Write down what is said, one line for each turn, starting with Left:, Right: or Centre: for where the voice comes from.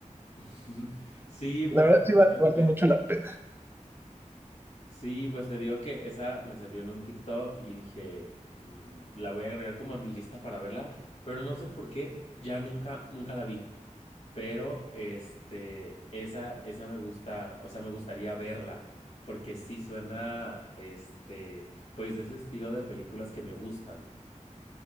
Left: <laughs> Sí, pues
Right: La verdad
Left: justamente.
Right: sí va- vale mucho la pena.
Left: Sí, pues te digo que esa me salió en un TikTok y dije, "Mm, la voy a agregar como a mi lista para verla, pero no sé por qué, ya nunca, nunca la vi. Pero este, esa, esa me gusta, o sea, me gustaría verla, porque sí suena, este, pues de ese estilo de películas que me gustan.